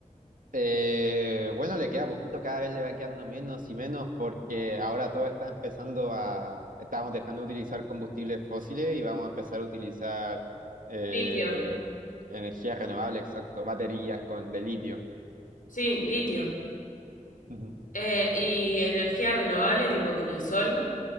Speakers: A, on the right; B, on the left.
A: Eh, bueno, le queda poquito, cada vez le va quedando menos y menos porque ahora todo está empezando a, estamos dejando de utilizar combustibles fósiles y vamos a empezar a utilizar eh,
B: Litio.
A: energía renovable, exacto, baterías con de litio.
B: Sí, litio.
A: Ujú.
B: Eh, y energía renovable, tipo con el sol.